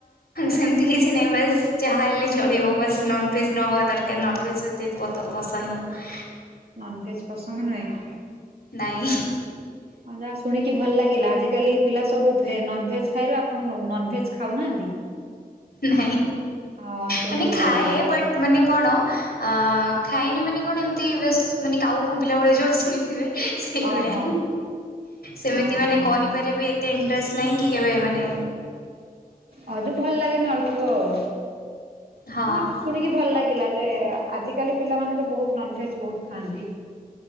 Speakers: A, on the left; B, on the right.
A: ସେମିତି କିଛି ନାହିଁ ବାସ୍ ଯାହା ହେଲେ ଚାଲିବ ବାସ୍ ନନଭେଜ୍ ନ ହେବା ଦରକାର ନନଭେଜ୍ ଏତେ ପସନ୍ଦ ନୁହ।
B: ନନଭେଜ୍ ପସଙ୍ଗ ନୁହେଁ?
A: ନାହିଁ।
B: ହ <inaudible> ହଁ ଯାହା ଶୁଣିକି ଭଲ ଲାଗିଲା ଆଜିକାଲି ପିଲା ସବୁ ଭେଜ୍ ନନଭେଜ୍ ଖାଇଲେ ଆପଣ ନନଭେଜ୍ ଖାଉନାହାନ୍ତି?
A: ନାଇଁ
B: ହଁ ଶୁଣିକି
A: ମାନେ
B: ଭଲ
A: ଖାଏ
B: ଲାଗିଲା
A: ବାଟ୍ ମାନେ କଣ ଆଁ ଖାଇନି ମାନେ କଣ ଏମିତି ବେଶ୍ ମାନେ କାଉ ଫୁମ୍ପିଲା ଭଳିଆ ଯେଉଁଟା ଶୁଣି ଥିବେ। ସେଇଭଳିଆ
B: ଓହୋ।
A: ସେମିତି
B: ହଁ
A: ମାନେ
B: ହଁ
A: କରିବାରେ
B: ହଁ
A: ବି ଏତେ ଇଣ୍ଟରେଷ୍ଟ ନାହିଁ କି କେବେ ମାନେ
B: ଆଉ ତ ଭଲ ଲାଗେନି ଅଳ୍ପ ଆଉ
A: ହଁ।
B: ନା ଶୁଣିକି ଭଲ ଲାଗିଲା ଯେ ଆଜିକାଲି ପିଲାମାନେ ତ ବହୁତ୍ ନନଭେଜ୍ ବହୁତ ଖାଆନ୍ତି।